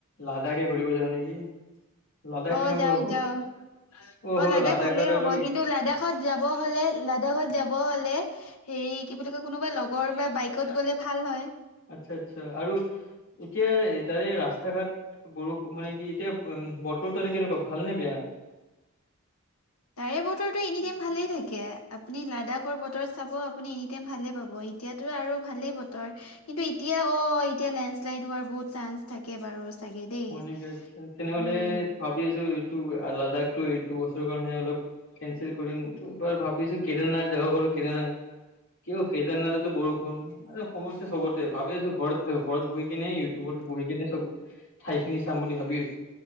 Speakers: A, on the left; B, on the left.
A: লাডাখে ঘুৰিব যাওঁ নেকি? লাডাখ
B: অ
A: কেনেকুৱা
B: যাওক
A: হ'ব?
B: যাওক
A: অহো,
B: অ লাডাখ
A: লাডাখত
B: ভালেই হ'ব
A: আৰু
B: কিন্তু লাডাখত যাব হ'লে, লাডাখত যাব হ'লে, হেৰি কি বুলি কয়, কোনোবা লগৰ বা বাইক কত গ'লে ভাল হয়।
A: আটচ্ছা, আটচ্ছা। আৰু এতিয়া তাৰে ৰাস্তা ঘাট বৰষুণ মানে কি, এতিয়া উম, বতৰটো তাৰে কেনেকুৱা? ভাল নে বেয়া?
B: তাৰে বতৰটো এনি টাইম ভালে থাকে, আপুনি লাডাখৰ বতৰ চাব আপুনি এনি টাইম ভালে পাব। এতিয়াতো আৰু ভালেই বতৰ। কিন্তু এতিয়া অ', এতিয়া লেণ্ডশ্লাইড হোৱাৰ বহুত চান্স থাকে বাৰু চাগে দেই
A: হয় নেকি? আটচ্ছা। তেনেহ'লে
B: উম
A: ভাবি আছো এইটো, লাডাখটো এইটো বছৰৰ কাৰণে অলপ কেনচেল কৰিম ত'এইবাৰ ভাবিছো কেদাৰনাথ যাও কেদানাথ কিয় কেদাৰনাথতো বৰষুণ, আৰে সমস্যা চবতে ভাবি আছো ঘৰত ঘৰত বহি কিনে, ইউটিউবত বহি কিনে চব ঠাই খিনি চাম বুলি ভাবি আছো।